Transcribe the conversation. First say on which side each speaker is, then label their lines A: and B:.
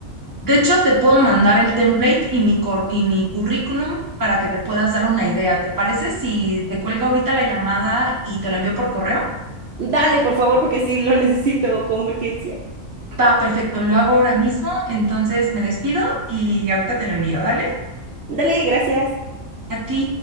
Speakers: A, on the right; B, on the right.
A: De hecho, te puedo mandar el template y mi, cor- y mi currículum para que te puedas dar una idea. ¿Te parece si te cuelgo ahorita la llamada y te lo envío por correo?
B: Dale, por favor, porque sí lo <laughs> necesito con urgencia.
A: Va, perfecto, lo hago ahora mismo, entonces me despido y ahorita te lo envío, ¿dale?
B: Dale, gracias.
A: A ti.